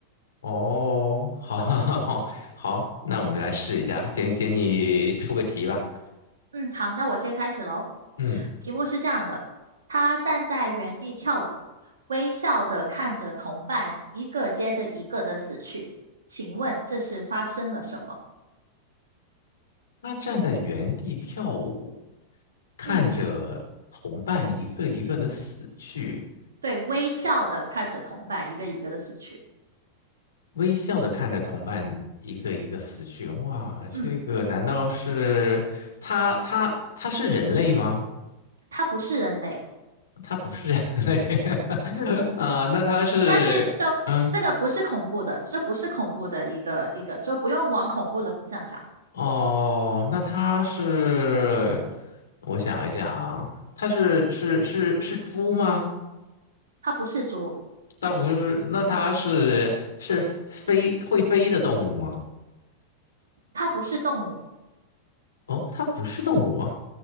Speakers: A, on the left; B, on the right.
A: 哦，好，<laughs> 好，好，好，那我们来试一下，请请你出个题吧。
B: 嗯，好，那我先开始喽。
A: 嗯，
B: 题目是这样的：他站在原地跳舞，微笑的看着同伴一个接着一个的死去，请问这是发生了什么？
A: 他站在原地跳舞，看着同伴一个一个的死去，
B: 嗯。对，微笑的看着同伴一个一个的死去。
A: 微笑的看着同伴一个一个死去。哇，
B: 嗯，
A: 这个难道是他？他他是人类吗？
B: 他不是人类，
A: 它不是人类 <laughs> 啊，那它是，
B: 但是这个这个不是恐怖的，
A: 嗯，
B: 这不是恐怖的一个一个，就不用往恐怖的方向想。
A: 哦，那它是，我想一想啊，它是是是是猪吗？
B: 它不是猪，
A: 它不是，那它是是飞会飞的动物吗？
B: 它不是动物。
A: 哦，它不是动物啊，